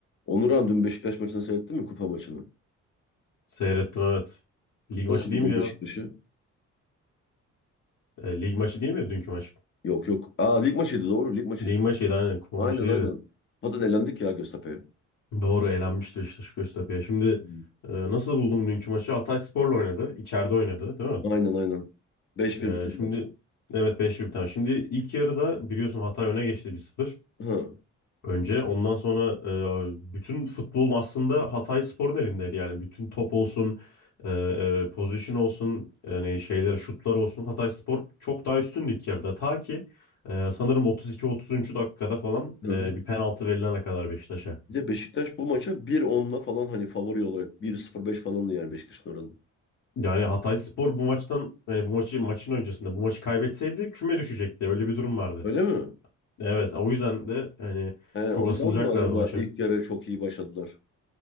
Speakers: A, on the left; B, on the left.
A: Onuran dün Beşiktaş maçını seyrettin mi? Kupa maçını.
B: Seyrettim evet. Lig maçı
A: Nasıl
B: değil
A: buldun
B: mi ya?
A: Beşiktaş'ı?
B: E, lig maçı değil mi dünkü maç?
A: Yok yok. Aa lig maçıydı doğru lig maçıydı.
B: Lig maçıydı aynen kupa
A: Aynen
B: maçı değildi.
A: aynen. Kupadan elendik ya Göztepe'ye.
B: Doğru elenmişti Beşiktaş Göztepe'ye. Şimdi
A: Hı.
B: e, nasıl buldum dünkü maçı? Hatayspor'la oynadı. içeride oynadı değil mi?
A: Aynen aynen. Beş
B: E,
A: bir biten
B: şimdi
A: maç.
B: evet beş bir tane. Şimdi ilk yarıda biliyorsun Hatay öne geçti bir sıfır.
A: Hı.
B: Önce ondan sonra e, bütün futbolun aslında Hatayspor'un elindeydi. Yani bütün top olsun, e, e, pozisyon olsun, yani şeyler şutlar olsun Hatayspor çok daha üstündü ilk yarıda. Ta ki e, sanırım 32-33. dakikada falan
A: Hı
B: e,
A: hı.
B: bir penaltı verilene kadar Beşiktaş'a.
A: Bir de Beşiktaş bu maça bir onla falan hani favori olarak bir sıfır beş falandı yani Beşiktaş'ın oranı.
B: Yani Hatayspor bu maçtan yani bu maçı maçın öncesinde bu maçı kaybetseydi küme düşecekti. Öyle bir durum vardı.
A: Öyle mi?
B: Evet, o yüzden de yani
A: He,
B: çok
A: ondan
B: asılacaklardı
A: mı acaba
B: maça.
A: ilk yarı çok iyi başladılar?